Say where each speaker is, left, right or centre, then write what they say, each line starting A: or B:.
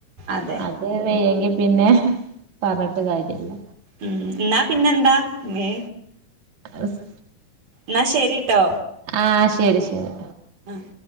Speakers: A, on the right; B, on the right.
A: അതെ
B: അത് വെയ്യെങ്കി പിന്നെ പർഞ്ഞിട്ട് കാര്യല്ല.
A: ഉം. ന്നാ പിന്നെന്താ മ്മേ
B: ആസ്
A: ന്നാ ശരിട്ടൊ
B: ആഹ് ശരി ശരി
A: ആഹ്